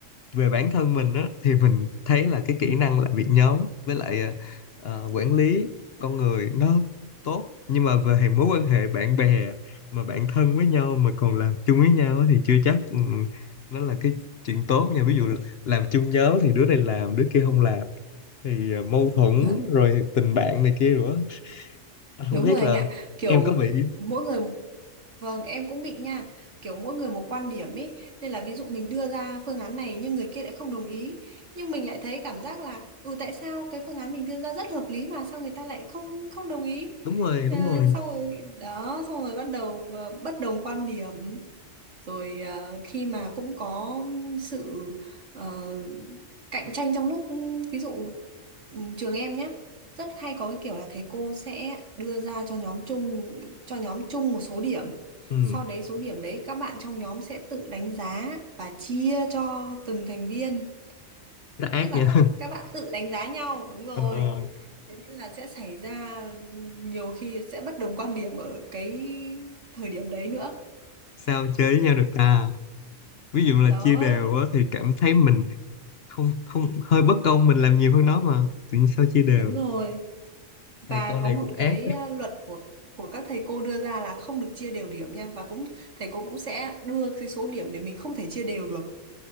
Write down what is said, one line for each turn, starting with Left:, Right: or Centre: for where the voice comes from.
Left: về bản thân mình á thì mình thấy là cái kỹ năng làm việc nhóm với lại ờ, ờ, quản lý con người nó tốt nhưng mà về mối quan hệ bạn bè mà bạn thân với nhau mà còn làm chung với nhau á thì chưa chắc ừ, nó là cái chuyện tốt nha ví dụ làm chung nhóm thì đứa này làm đứa kia không làm thì ờ, mâu thuẫn
Right: Dạ.
Left: rồi tình bạn này kia nữa anh
Right: đúng
Left: không biết
Right: rồi anh
Left: là
Right: ạ kiểu
Left: em có bị
Right: mỗi người Vâng, em cũng bị nha, kiểu mỗi người một quan điểm ý, nên là ví dụ mình đưa ra phương án này nhưng người kia lại không đồng ý, nhưng mình lại thấy cảm giác là ừ tại sao cái phương án mình đưa ra rất hợp lý mà sao người ta lại không không đồng ý.
Left: đúng rồi
Right: À,
Left: đúng rồi
Right: sau rồi đó, xong rồi bắt đầu ờ, bất đồng quan điểm. Rồi ờ, khi mà cũng có sự ờ, cạnh tranh trong lúc ví dụ ừm, trường em nhé rất hay có cái kiểu là thầy cô sẽ đưa ra cho nhóm chung cho nhóm chung một số điểm
Left: ừ
Right: sau đấy số điểm đấy các bạn trong nhóm sẽ tự đánh giá và chia cho từng thành viên.
Left: nó ác
Right: Tức là
Left: nha <laughs>
Right: các bạn tự đánh giá nhau, đúng rồi.
Left: Ờ,
Right: Thế nên là sẽ xảy ra nhiều khi sẽ bất đồng quan điểm ở cái thời điểm đấy nữa.
Left: sao chơi với nhau được ta ví dụ là
Right: Đó,
Left: chia đều á, thì cảm thấy mình không không hơi bất công mình làm nhiều hơn nó mà tự nhiên sao chia đều
Right: đúng rồi. Và
Left: thầy con
Right: có
Left: này
Right: một
Left: cũng ác
Right: cái à, luật của của các thầy cô đưa ra là không được chia đều điểm nha và cũng thầy cô cũng sẽ đưa cái số điểm để mình không thể chia đều được.